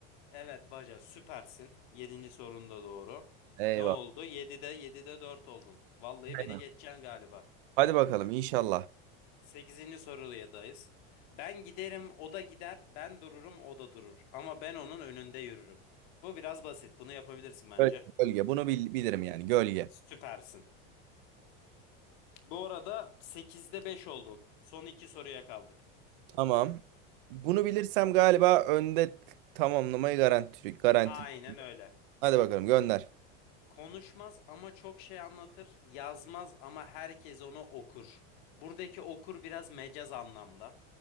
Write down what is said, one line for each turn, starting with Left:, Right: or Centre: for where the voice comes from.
Left: Evet Baca süpersin. Yedinci sorun da doğru.
Right: Eyvah.
Left: Ne oldu? 7'de 7'de 4 oldun. Vallahi
Right: Aynen.
Left: beni geçeceksin galiba.
Right: Hadi bakalım inşallah.
Left: Sekizinci sorudayız. Ben giderim, o da gider. Ben dururum, o da durur. Ama ben onun önünde yürürüm. Bu biraz basit. Bunu yapabilirsin bence.
Right: Böyle. Gölge. Bunu bil- bilirim yani gölge.
Left: Süpersin. Bu arada sekizde 5 oldun. Son iki soruya kaldık.
Right: Tamam. Bunu bilirsem galiba önde t- tamamlamayı garanti garanti.
Left: Aynen öyle.
Right: Hadi bakalım gönder.
Left: Konuşmaz ama çok şey anlatır. Yazmaz ama herkes onu okur. Buradaki okur biraz mecaz anlamda.